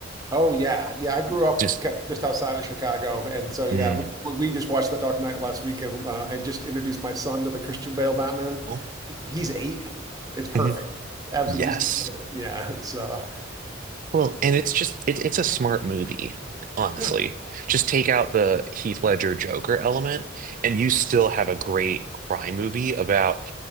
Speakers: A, on the right (about 20°); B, on the right (about 40°).
A: Oh yeah, yeah. I grew up
B: Just,
A: kind of just outside of Chicago, and so yeah,
B: mm,
A: we, we just watched The Dark Knight last week, and uh, I just introduced my son to the Christian Bale Batman.
B: oh,
A: He- He's eight. It's perfect.
B: mhm,
A: Absolutely,
B: yes.
A: he's loving it. yeah. So
B: Well, and it's just it, it's a smart movie, honestly.
A: yeah,
B: Just take out the Heath Ledger Joker element, and you still have a great crime movie about